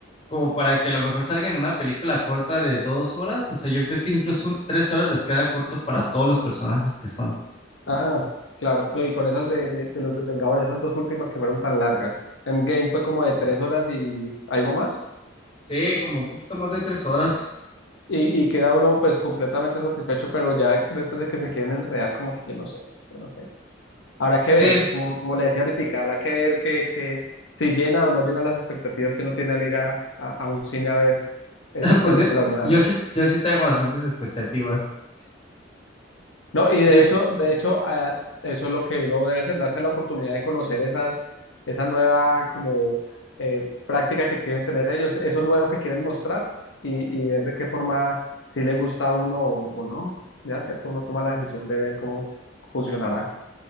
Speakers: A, on the left; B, on the left.
A: como para que a lo mejor salgan en una película corta de dos horas. O sea, yo creo que incluso un- tres horas les queda corto para todos los personajes que son.
B: Ah, claro. no, Y con esas de, de, de los Vengadores, esas dos últimas que fueron tan largas. Endgame fue como de tres horas y algo más.
A: Sí, como un poquito más de tres horas.
B: Y, y queda uno pues completamente satisfecho, pero ya después de que se quieren enredar, como que yo no sé, yo no sé. Habrá que
A: Sí,
B: ver, como, como le decía ahorita, habrá que ver que, que si llena o no llena las expectativas que uno tiene al ir a, a, a un cine a ver esas
A: <laughs> pues
B: películas
A: yo,
B: nuevas,
A: yo
B: ¿no?
A: sí, yo sí tengo bastantes expectativas.
B: No, y
A: Sí,
B: de hecho, de hecho, a- eso es lo que uno debe hacer, darse la oportunidad de conocer esas, esa nueva como eh, práctica que quieren tener ellos, eso nuevo que quieren mostrar y, y ver de qué forma si le gusta a uno o, o no. Ya, ¿cierto? Uno toma la decisión de ver cómo funcionará.